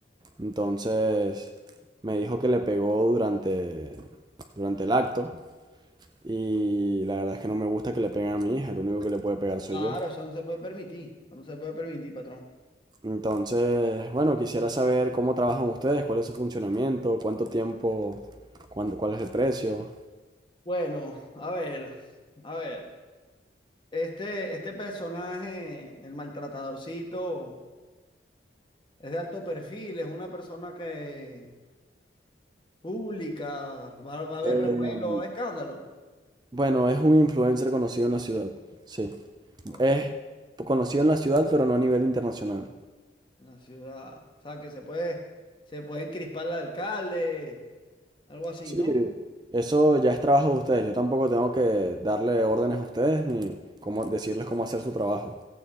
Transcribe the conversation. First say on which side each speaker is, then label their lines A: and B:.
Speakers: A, on the right; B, on the left.
A: Entonces, me dijo que le pegó durante, durante el acto y la verdad es que no me gusta que le peguen a mi hija, el único que le puede pegar soy
B: Claro,
A: yo.
B: eso no se puede permitir. Eso no se puede permitir, patrón.
A: Entonces, bueno, quisiera saber cómo trabajan ustedes, cuál es su funcionamiento, cuánto tiempo, cuándo, cuál es el precio.
B: Bueno, a ver, a ver. Este, este personaje, el maltratadorcito, es de alto perfil, es una persona que pública, va, va a haber
A: Eh,
B: revuelo, va a haber escándalo
A: bueno, es un influencer conocido en la ciudad, sí.
B: ¿no?
A: Es conocido en la ciudad, pero no a nivel internacional.
B: en la ciudad. O sea, que se puede, se puede encrispar al alcalde, algo así,
A: Sí,
B: ¿no?
A: Eso ya es trabajo de ustedes. Yo tampoco tengo que darle órdenes a ustedes ni cómo decirles cómo hacer su trabajo.